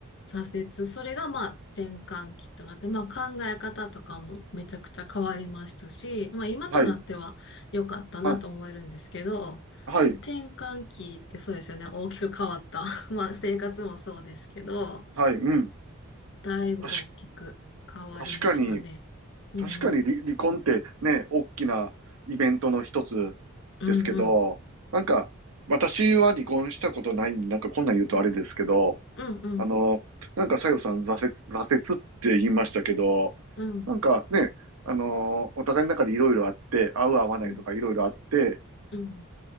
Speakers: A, on the left; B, on the right.
A: 挫折。それがまあ転換期となって、まあ考え方とかもめちゃくちゃ変わりましたし、まあ今となっては良かったなと思えるんですけど、
B: はい、はい、はい、
A: 転換期ってそうですよね。大きく変わった。<laughs> まあ生活もそうですけど、
B: はい、うん。
A: だいぶ大きく変わりましたね。
B: 確か、確かに、
A: うんうん。
B: 確かに離、離婚ってね、大きなイベントの一つですけど、
A: うんうん。
B: なんか、私は離婚したことないんで、なんかこんなん言うとあれですけど、
A: うんうん。
B: あの、なんか、さよさん、挫折、挫折って言いましたけど、
A: うん
B: なんかね、あの、お互いの中でいろいろあって、合う合わないとかいろいろあって、
A: うん。うん。